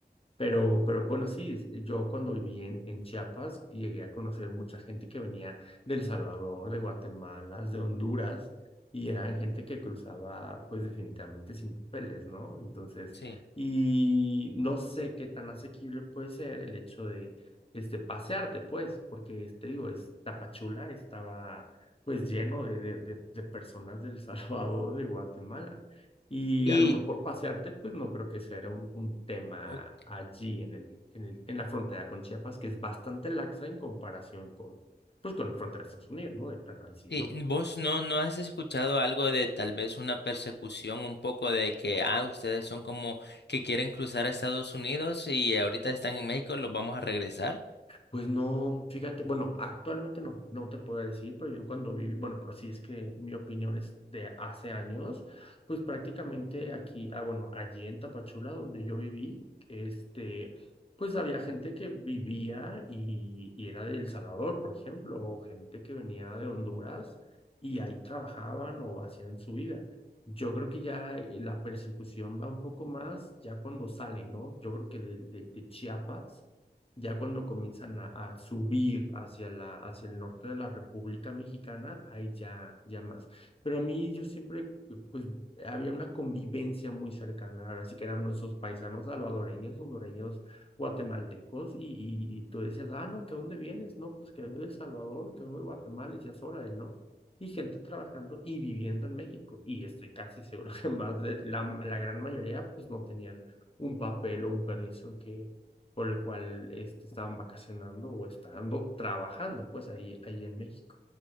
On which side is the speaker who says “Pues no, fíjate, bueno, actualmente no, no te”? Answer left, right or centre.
Left